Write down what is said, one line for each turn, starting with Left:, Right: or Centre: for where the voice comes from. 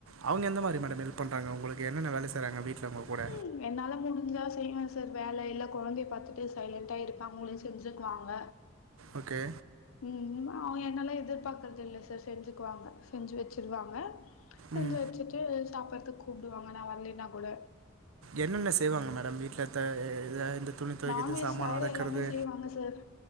Right: அவங்க எந்த மாதிரி மேடம் ஹெல்ப் பண்றாங்க உங்களுக்கு என்னென்ன வேலை செய்யறாங்க வீட்டுல உங்க கூட
Left: ம் என்னால முடிஞ்சா செய்வேன் சார் வேலை இல்ல குழந்தைய பாத்துட்டு சைலண்டா இருப்பாங்க அவுங்களே செஞ்சுக்குவாங்க
Right: ஓகே
Left: ம் ம் அவுங்க என்னெலாம் எதிர்பாக்குறது இல்ல சார் செஞ்சுக்குவாங்க செஞ்சு வச்சிருவாங்க செஞ்சு
Right: ம்
Left: வச்சுட்டு சாப்டுறதுக்கு கூப்டுவாங்க நான் வரலேன்னா கூட
Right: என்னென்ன செய்வாங்க மேடம் வீட்ல த இந்த துணி துவைக்கிறது
Left: நான்வெஜ்
Right: சாமான்
Left: தவிர
Right: வெளக்குறது
Left: எல்லாமே செய்வாங்க சார்